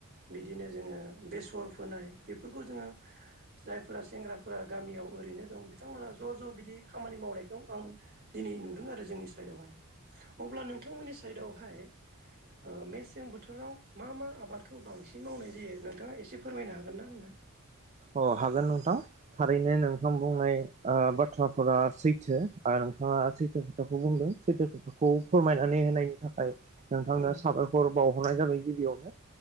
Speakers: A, on the right; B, on the right.
A: बिदिनो जोङो बेसर फोनाय बेफोरखौ जोङो जायफोरा सेंग्राफ्रा गामियाव ओरैनो दं। नोंथांमोना ज' ज' बिदि खामानि मावनायखौ आं दिनै नुदों आरो जोंनि साइदआवहाय अब्ला नोंथांमोननि साइदआवहाय ओ मेसें बोथोराव मा मा आबादखौ बांसिन मावनाय जायो नोंथाङा एसे फोरमायनो हागोन ना आंनो?
B: अह हागोन नोंथां थारैनो नोंथां बुंनाय ओ बाथ्राफोरा सैथो नोंथाङा सैथो खोथाखौ बुंदों सैथो खोथाखौ फोरमायनानै होनायनि थाखाय नोंथांनो
A: औ
B: साबायखर बाव हरनाय जाबाय गिबियावनो।